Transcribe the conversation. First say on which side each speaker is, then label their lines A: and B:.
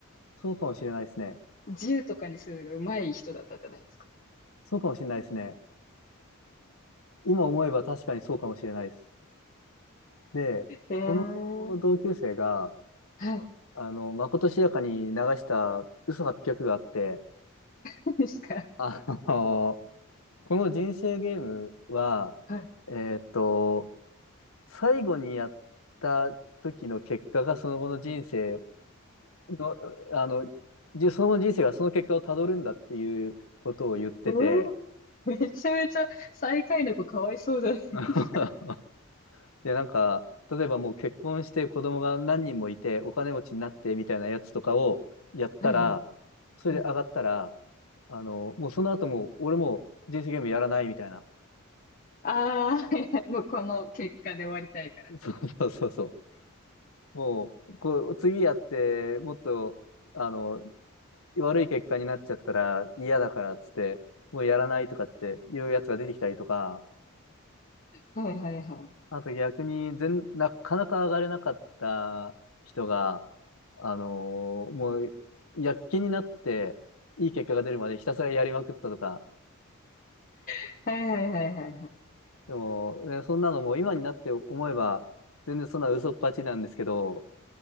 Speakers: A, on the left; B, on the left.
A: そうかもしれないですね。
B: 銃とかにするのが上手い人だったじゃないですか。
A: そうかもしれないですね。今思えば確かにそうかもしれないです。で、
B: ええ
A: その同級生が、
B: はい、
A: あの、まことしやかに流した嘘8 0があって、
B: そうですか。
A: あの、この人生ゲームは、
B: はい。
A: えーっと、最後にやった時の結果がその後の人生の、あの、じその後の人生がその結果をたどるんだっていうことを言ってて、
B: ええめちゃめちゃ最下位の子かわいそうじゃないですか。
A: <laughs> で、なんか、例えばもう結婚して子供が何人もいてお金持ちになってみたいなやつとかをやったら、
B: はい。
A: それで上がったら、
B: はい。
A: あの、もうその後もう俺もう人生ゲームやらないみたいな。
B: ああ、はいはいもうこの結果で終わりたいからって。
A: <laughs> そうそうそうそう。もう、こう、次やって、もっと、あの、悪い結果になっちゃったら嫌だからっつって、もうやらないとかっていうやつが出てきたりとか、
B: はいはいは
A: あと逆に全、なかなか上がれなかった人が、あのーもう、躍起になって、いい結果が出るまでひたすらやりまくったとか、
B: い。はいはいはいはいは
A: でも、ね、そんなのもう今になって思えば、全然そんな嘘っぱちなんですけど、